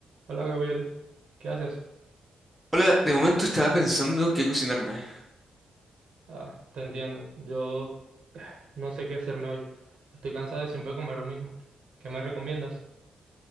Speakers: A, on the right (about 60°); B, in the centre.
A: Hola Gabriel, ¿qué haces?
B: Hola, de momento estaba pensando qué cocinarme.
A: Ah, te entiendo, yo eh, no sé qué hacerme hoy. Estoy cansado de siempre comer lo mismo. ¿Qué me recomiendas?